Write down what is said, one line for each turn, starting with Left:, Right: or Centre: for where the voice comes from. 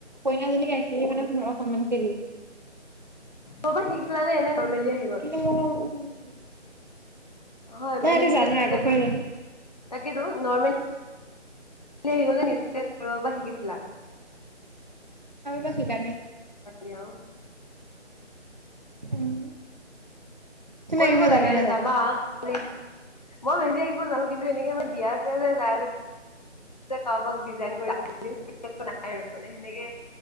Right: কইনাজনীক ৰাখিলে মানে পোন্ধৰখন মান কেৰি
Left: পৰা শিকিলানে এনে নৰ্মেলি আহি গ'ল
Right: কিন্তু মোৰ নাই
Left: হয় মেহেন্দী
Right: এইটো জানো
Left: যে তুমি
Right: আগৰ
Left: যে
Right: পৰাই জানো
Left: তাকেতো নৰ্মী নিবাৰ পৰা শিকিছিলা
Right: কাৰোবাক শিকা নে
Left: নিয়া
Right: উম তুমি
Left: কৰিব
Right: আঁকিব
Left: লাগে
Right: জানা নে নাজানা?
Left: যাবা মই ভেন্দি আহিব জানো কিন্তু এনেকে মাৰ বিয়া আছে যে যাই কাৰোবাক ডিজাইন নাই আৰু মানে সেনেকে